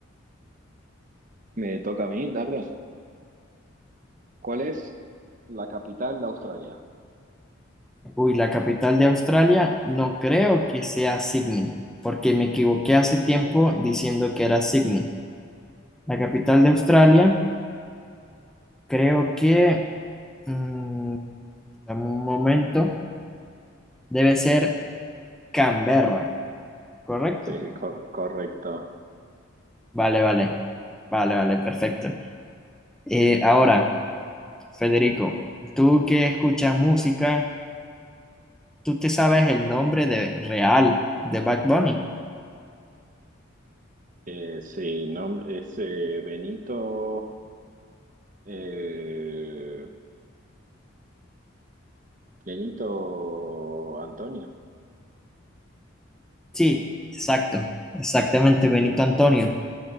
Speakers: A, on the right (about 40°); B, in the centre.
A: Me toca a mí, Darle. ¿Cuál es la capital de Australia?
B: Uy, la capital de Australia no creo que sea Sydney, porque me equivoqué hace tiempo diciendo que era Sydney. La capital de Australia creo que, mm, dame un momento, debe ser Canberra, ¿correcto?
A: Sí, cor- correcto.
B: Vale, vale, vale, vale, perfecto. Eh, ahora, Federico, tú que escuchas música, ¿tú te sabes el nombre de real de Bad Bunny?
A: Eh, sí, no, es eh, Benito. eh, Benito Antonio,
B: Sí, exacto, exactamente, Benito Antonio.